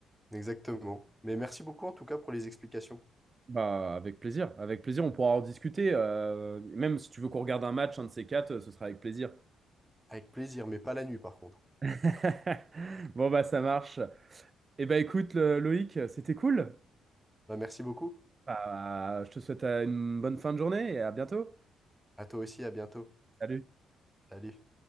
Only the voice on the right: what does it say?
Bah, avec plaisir. Avec plaisir, on pourra en discuter. euh, même si tu veux qu'on regarde un match, un de ces quatre, euh, ce sera avec plaisir.
<laughs> Bon, bah, ça marche. Eh ben écoute, le- Loïc, c'était cool.
Bah, je te souhaite euh, une bonne fin de journée et à bientôt.
Salut.